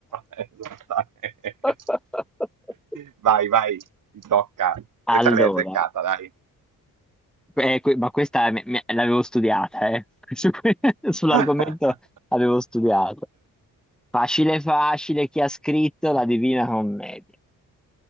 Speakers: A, on the right; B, in the centre.
A: esattamente.
B: <laughs>
A: Vai, vai, ti tocca.
B: Allora,
A: Questa l'hai azzeccata, dai.
B: eh, que- ma questa me- me- l'avevo studiata, eh. <laughs> Su que- Sull'argomento
A: <laughs>
B: avevo studiato. Facile facile, chi ha scritto la Divina Commedia?